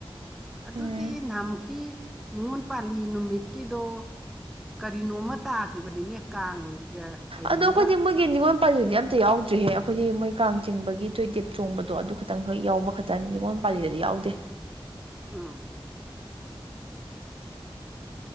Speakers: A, in the centre; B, on the right.
A: ꯑꯗꯨꯒꯤ
B: ꯎꯝ
A: ꯅꯍꯥꯃꯨꯛꯀꯤ ꯅꯤꯉꯣꯜ ꯄꯥꯜꯂꯤ ꯅꯨꯃꯤꯠꯀꯤꯗꯣ ꯀꯔꯤꯅꯣꯝꯃ ꯇꯥꯈꯤꯕꯅꯤꯅꯦ ꯀꯥꯡꯒ ꯀꯩꯅꯣꯝꯒ
B: ꯑꯗꯣ ꯑꯩꯈꯣꯏꯗꯤ ꯃꯣꯏꯒꯤ ꯅꯤꯡꯉꯣꯜ ꯄꯥꯏꯕꯤꯗꯤ ꯑꯝꯇ ꯌꯥꯎꯗ꯭ꯔꯤꯍꯦ ꯑꯩꯈꯣꯏꯗꯤ ꯃꯣꯏ ꯀꯥꯡ ꯆꯤꯡꯕꯒꯤ ꯇꯣꯏꯇꯦꯞ ꯆꯣꯡꯕꯗꯣ ꯑꯗꯨ ꯈꯤꯇꯪ ꯌꯥꯎꯕ ꯈꯛꯇꯅꯤ ꯅꯤꯡꯉꯣꯜ ꯄꯥꯜꯂꯤꯗꯗꯤ ꯌꯥꯎꯗꯦ
A: ꯎꯝ